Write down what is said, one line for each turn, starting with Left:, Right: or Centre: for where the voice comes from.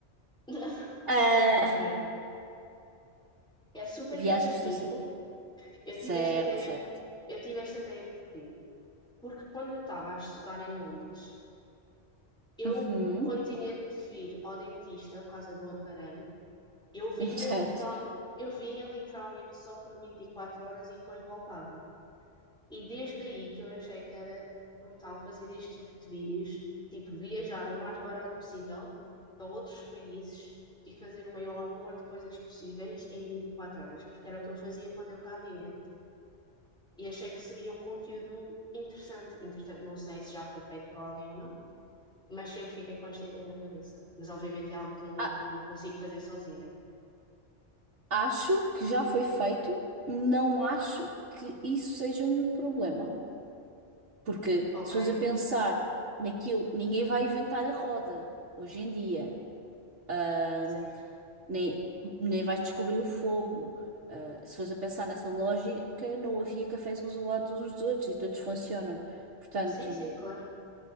Centre: <laughs>
Right: Ah,
Centre: Ok, é super
Right: <laughs> viagens
Centre: cansativo.
Right: do ce-
Centre: Eu
Right: Certo,
Centre: tive esta ideia,
Right: certo.
Centre: eu tive esta ideia porque Porque quando eu estava a estudar em Londres, eu,
Right: Uhum,
Centre: quando tinha que vir ao dentista por causa do aparelho, eu vinha
Right: <laughs> certo.
Centre: literal, eu vinha literalmente só por 24 horas e depois voltava. E desde aí que eu achei que era brutal fazer este tipo de vídeos, tipo viajar o mais barato possível para outros países e fazer o maior número de coisas possíveis em 24 horas, porque era o que eu fazia quando eu cá vinha. E achei que seria um conteúdo interessante. Entretanto, não sei se já foi feito por alguém ou não. mas sempre fica com esta ideia na cabeça. Mas obviamente é algo que não,
Right: A-
Centre: que não consigo fazer sozinha.
Right: acho que já foi feito, não acho que isso seja um problema. Porque
Centre: Ok,
Right: se fores a pensar naquilo, ninguém vai inventar a roda hoje em dia. Ahm,
Centre: certo.
Right: Nem, nem vais descobrir o fogo. Ah, se fores a pensar nessa lógica, não havia cafés uns ao lado uns dos outros e todos funcionam. Portanto.
Centre: Sim, sim, claro.